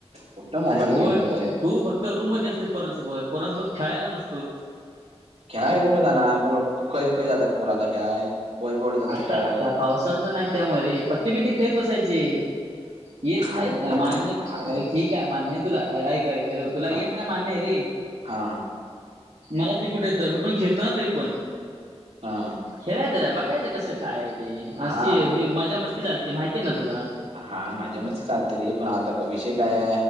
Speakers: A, on the right; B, on the right.
A: कुठं मोबाईल
B: अरे होय
A: घेऊन काय
B: फो तू फक् रूममध्ये असतेस पोरांसोबत, पोरांसोबत खेळायला नुस
A: खेळाय कुठं जाणार, पोर खय-खय जाता पोरं आता खेळाय. वैभववाडी जातात
B: आता-आता
A: खेळाय ते
B: पावसात ना-नाही त्यामुळे पत्ते बित्ते खेळत बसायचे. येत नाहीत
A: अरे
B: अ मान्य
A: अरे
B: आ ठीक आहे मान्य तुला, ऐक-ऐक हॅलो तुला येत
A: हा
B: नाही मान्यय रे!
A: हा.
B: मला तरी कुठं येतं, मी पण खेळतो ना तरी पण,
A: हा
B: खेळाय जरा बघ कायचं कसं काय ते,
A: हा
B: अशी ये मजा मस्ती चालते माहिती आहे ना तुला!
A: हा मजा मस्ती चालते रे, पण आता क विषय काये?